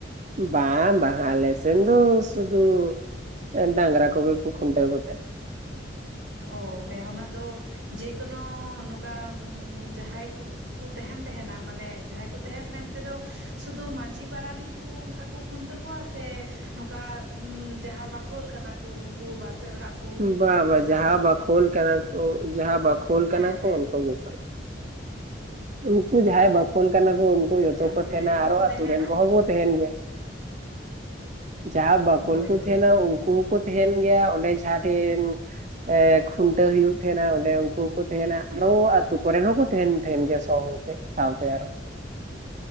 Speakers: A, on the right (about 40°); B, on the right (about 80°).
A: ᱵᱟᱝ ᱵᱟᱝ ᱟᱞᱮᱥᱮᱱ ᱫᱚ ᱥᱩᱫᱩ ᱮ ᱰᱟᱝᱨᱟ ᱠᱚᱜᱮ ᱠᱚ ᱠᱷᱩᱱᱴᱟ ᱠᱚ ᱛᱟᱦᱮᱸᱱᱟ᱾
B: ᱚ ᱢᱮ ᱚᱱᱟ ᱫᱚ ᱡᱮᱠᱳᱱᱳ ᱱᱚᱝᱠᱟ ᱡᱟᱦᱟᱸᱭ ᱠᱚ ᱠᱩ ᱛᱟᱦᱮᱸᱱ ᱛᱟᱦᱮᱸᱱᱟ ᱢᱟᱱᱮ ᱡᱟᱦᱟᱸᱭ ᱠᱚ ᱛᱟᱦᱮᱸᱱ ᱢᱮᱱᱛᱮᱫᱚ ᱥᱩᱫᱷᱩ ᱢᱟᱹᱡᱷᱤ ᱯᱟᱨᱟᱱᱤᱠ ᱠᱩ ᱚᱱᱠᱟ ᱠᱚ ᱠᱷᱩᱱᱴᱟᱹᱣ ᱠᱚᱣᱟ ᱥᱮ ᱱᱚᱝᱠᱟ ᱡᱟᱦᱟᱸ ᱵᱟᱠᱷᱳᱞ ᱠᱟᱱᱟ ᱠᱚ ᱩᱱᱠᱩ ᱵᱟᱨ ᱯᱮ ᱚᱲᱟᱜ ᱠᱚ ᱢᱤᱫ
A: ᱵᱟᱵᱟ
B: ᱮᱱᱟᱠᱚ ᱛᱟᱨ
A: ᱡᱟᱦᱟᱸ ᱵᱟᱠᱷᱳᱞ ᱠᱟᱱᱟ ᱠᱚ ᱡᱟᱦᱟᱸ ᱵᱟᱠᱷᱳᱞ ᱠᱟᱱᱟ
B: ᱦᱮᱸ ᱦᱮᱸ
A: ᱩᱱᱠᱩ ᱜᱮᱠᱚ ᱩᱱᱠᱩ ᱡᱟᱦᱟᱸᱭ ᱵᱟᱠᱷᱳᱞ ᱠᱟᱱᱟ ᱠᱚ ᱩᱱᱠᱩ ᱡᱚᱛᱚ
B: ᱟᱪᱪᱷᱟ
A: ᱠᱚ
B: ᱢᱟᱱᱮ
A: ᱛᱟᱦᱮᱸᱱᱟ ᱟᱨᱚ
B: ᱠᱚ
A: ᱟᱛᱳ
B: ᱛᱟᱦᱮᱱᱟ
A: ᱨᱮᱱ ᱠᱚᱦᱚᱸ ᱵᱚ ᱛᱟᱦᱮᱸᱱ ᱜᱮᱭᱟ᱾ ᱡᱟᱦᱟᱸ ᱵᱟᱠᱳᱞ
B: ᱦᱳᱭ
A: ᱠᱚ
B: ᱦᱳᱭ
A: ᱛᱟᱦᱮᱸᱱᱟ ᱩᱱᱠᱩ ᱦᱚᱸᱠᱚ ᱛᱟᱦᱮᱸᱱ ᱜᱮᱭᱟ ᱚᱸᱰᱮ ᱡᱟᱦᱟᱸ ᱴᱷᱮᱱ ᱮᱸ ᱠᱷᱩᱱᱴᱟᱹᱣ ᱦᱩᱭᱩᱜ ᱛᱟᱦᱮᱸᱱᱟ ᱚᱸᱰᱮ ᱩᱱᱠᱩ ᱦᱚᱸᱠᱩ ᱛᱟᱦᱮᱸᱱᱟ ᱟᱨᱚ ᱟᱹᱛᱳ ᱠᱚᱨᱮᱱ ᱦᱚᱸᱠᱚ ᱛᱟᱦᱮᱸᱱ ᱛᱟᱦᱮᱱ ᱜᱮᱭᱟ ᱥᱟᱶᱛᱮ ᱥᱟᱶᱛᱮ ᱟᱨᱚ᱾